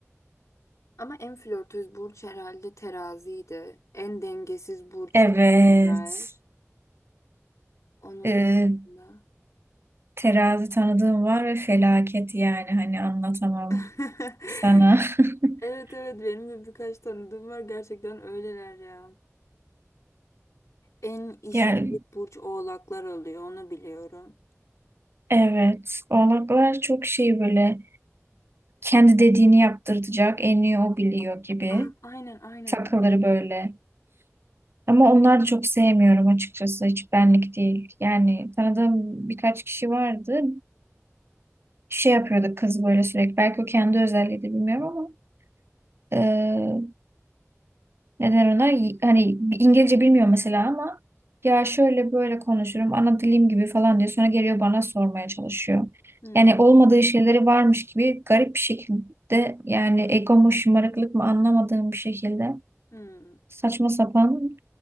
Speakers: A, on the left; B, on the right.
A: Ama en flörtöz burç herhalde teraziydi. En dengesiz burç
B: Evet.
A: ikizler. Onun
B: Ee,
A: da.
B: terazi tanıdığım var ve felaket yani hani anlatamam
A: <laughs>
B: sana. <laughs>
A: Evet evet benim de birkaç tanıdığım var gerçekten öyleler ya. En işkolik
B: Yani
A: burç oğlaklar oluyor onu biliyorum.
B: Evet, oğlaklar çok şey böyle kendi dediğini yaptırtacak, en iyi o biliyor gibi
A: A aynen aynen
B: takılır
A: aynen.
B: böyle. Ama onları da çok sevmiyorum açıkçası, hiç benlik değil. Yani tanıdığım birkaç kişi vardı, şey yapıyordu kız böyle sürekli. Belki o kendi özelliği de bilmiyorum ama Neden ona? Y- Hani İngilizce bilmiyor mesela ama ya şöyle böyle konuşurum, ana dilim gibi falan diyor. Sonra geliyor bana sormaya çalışıyor.
A: Hmm,
B: Yani olmadığı şeyleri varmış gibi garip bir şekilde yani ego mu şımarıklık mı anlamadığım bir şekilde
A: hmm.
B: saçma sapan